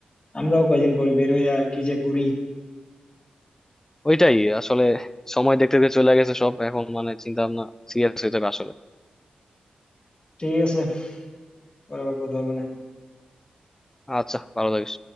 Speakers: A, on the left; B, on the left.
A: আমরাও কয়দিন পরে বের হইয়া কি যে করি
B: ওইটাই আসলে সময় দেখতে দেখতে চলে গেছে সব এখন মানে চিন্তা ভাবনা সিরিয়াস হয়ে যাবে আসলে
A: ঠিক আছে পরে আবার কথা হবে না
B: আচ্ছা ভালো থাকিস